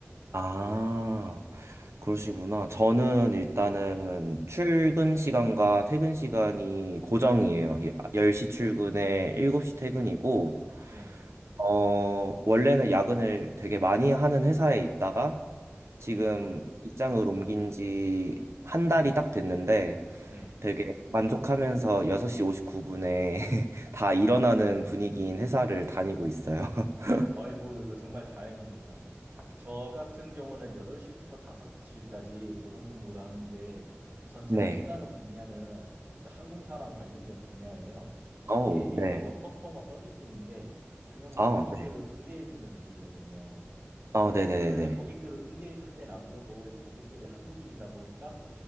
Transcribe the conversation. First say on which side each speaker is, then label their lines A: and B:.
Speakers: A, on the right; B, on the right.
A: 아, 그러시구나. 저는 일단은 출근 시간과 퇴근 시간이 고정이에요. 10시 출근에 7시 퇴근이고,
B: 네,
A: 어, 원래는 야근을 되게 많이 하는 회사에 있다가 지금
B: 네,
A: 직장을 옮긴 지 한 달이 딱 됐는데
B: 네.
A: 되게 만족하면서 6시 59분에 <laughs> 다 일어나는 분위기인 회사를 다니고 있어요. <laughs>
B: 아이고, 이거 정말 다행입니다. 저 같은 경우는 8시부터 5시까지 고정 근무를 하는데 우선 제가
A: 네.
B: 일하는 분야는 저 항공사랑 관련된 분야예요. 쉽게
A: 어우,
B: 얘기해서
A: 네.
B: 뭐 커스터머 서비스인데 그냥 뭐
A: 아,
B: 고객들을
A: 네.
B: 응대해주는 일이거든요.
A: 어, 네네네.
B: 물론 이제 고객들을 응대해줄 땐 아무래도 이 고객들이 한국인이다 보니까